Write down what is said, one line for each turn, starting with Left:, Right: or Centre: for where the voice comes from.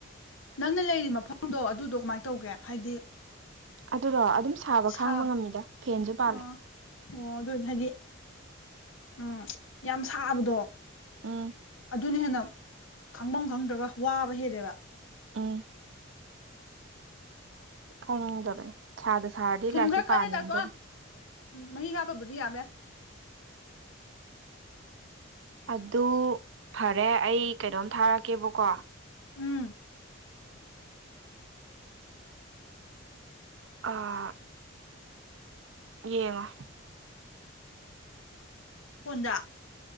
Left: ꯅꯪꯅ ꯂꯩꯔꯤꯕꯔꯤ ꯃꯐꯝꯗꯣ ꯑꯗꯨꯗꯣ ꯀꯃꯥꯏꯅ ꯇꯧꯒꯦ ꯍꯥꯏꯗꯤ
Right: ꯑꯗꯨꯔꯣ ꯑꯗꯨꯝ ꯁꯥꯕ
Left: ꯁꯥ
Right: ꯈꯥꯡꯕ ꯉꯝꯃꯤꯗ ꯐꯦꯟꯁꯨ ꯄꯥꯜꯂꯦ
Left: ꯑ ꯑꯣ ꯑꯗꯨꯅ ꯍꯥꯏꯗꯤ ꯎꯝ ꯌꯥꯝ ꯁꯥꯕꯗꯣ
Right: ꯎꯝ
Left: ꯑꯗꯨꯅ ꯍꯦꯟꯅ ꯈꯪꯐꯝ ꯈꯪꯗ꯭ꯔꯒ ꯋꯥꯕ ꯍꯦꯜꯂꯦꯕ
Right: ꯎꯝ ꯈꯪꯗꯕꯅꯦ ꯁꯥꯗ ꯁꯥꯔꯗꯤ
Left: ꯊꯨꯝ
Right: ꯂꯥꯏꯔꯤꯛꯁꯨ
Left: ꯈꯔ ꯀꯜꯂꯦ
Right: ꯄꯥꯅꯤꯡꯗꯕꯅꯤ
Left: ꯇꯥꯇꯣ ꯎꯝ ꯃꯍꯤ ꯍꯥꯥꯕꯕꯨꯙꯗꯤ ꯌꯥꯕ ꯌꯥ
Right: ꯑꯗꯨ ꯐꯔꯦ ꯑꯩ ꯀꯩꯅꯣꯝ ꯊꯥꯔꯛꯀꯦꯕꯀꯣ
Left: ꯎꯝ
Right: ꯑꯥ ꯌꯦꯡꯉꯣ
Left: ꯍꯣꯟꯗ